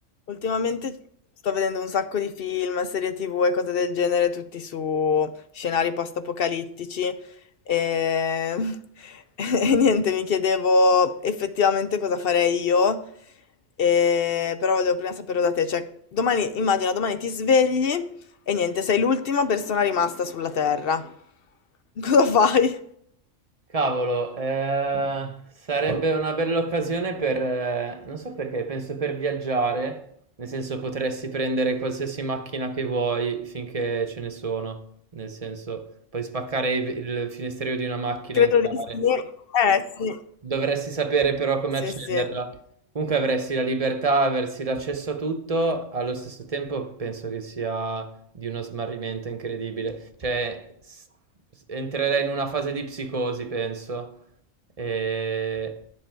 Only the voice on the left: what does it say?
Ultimamente sto vedendo un sacco di film, serie TV e cose del genere, tutti su scenari post-apocalittici e... <laughs> e niente, mi chiedevo effettivamente cosa farei io, e... però volevo prima sapere da te, cioè domani, immagina domani ti svegli e niente, sei l'ultima persona rimasta sulla Terra. <laughs> Cosa fai?
Credo
di sì. Eh sì,
sì
sì.